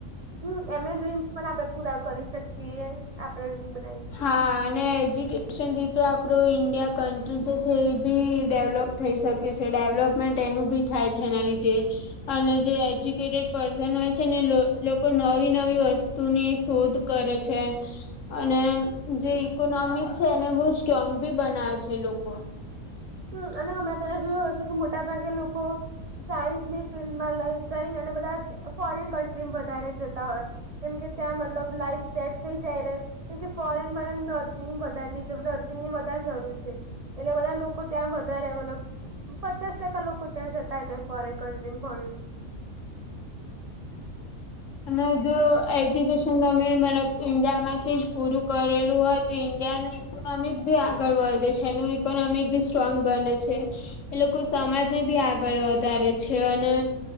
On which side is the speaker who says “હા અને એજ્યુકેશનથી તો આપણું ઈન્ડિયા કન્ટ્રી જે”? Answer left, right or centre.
Left